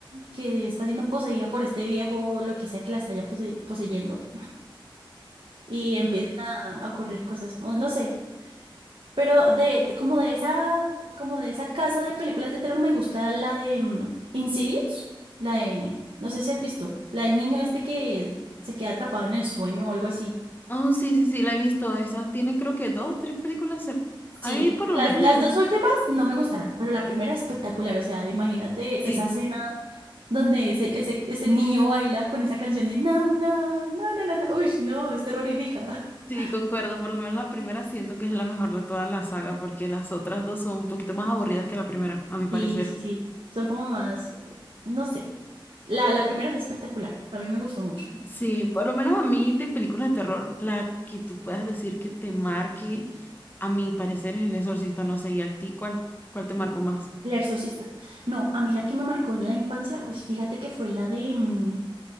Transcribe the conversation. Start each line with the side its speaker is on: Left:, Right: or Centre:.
Right: que está siendo poseída por este viejo o lo que sea que la está ya pose- poseyendo y empiezan a a ocurrir cosas, no, no sé. Pero de, de- como de esa como de esa casa de películas de terror me gusta la de mm, Insidious, la de no sé si has visto, la del niño este que se queda atrapado en el sueño o algo así.
Left: Oh, sí, sí, sí, la he visto. Esa tiene creo que dos, tres películas. se-
Right: Sí,
Left: A mí por lo
Right: las,
Left: menos
Right: las
Left: me gusta.
Right: dos últimas no me gustaron, pero la primera espectacular, o sea, imagínate
Left: Sí,
Right: esa escena donde ese, ese, ese niño baila con esa canción de no, no, no, no, no, no, uy, no, es terrorífica. <laughs>
Left: sí, concuerdo. Por lo menos la primera siento que es la mejor de toda la saga porque las otras dos son un poquito más aburridas que la primera, a mi parecer.
Right: Sí, sí, sí, son como más, no sé, la, la primera es espectacular, a mí me gustó mucho.
Left: Sí, por lo menos a mí de películas de terror, la que tú puedas decir que te marque, a mi parecer es El Exorcista, no sé, ¿y a ti cuál, cuál te marcó más?
Right: El exorcista, no, a mí la que me marcó en la infancia, pues fíjate que fue la de mm,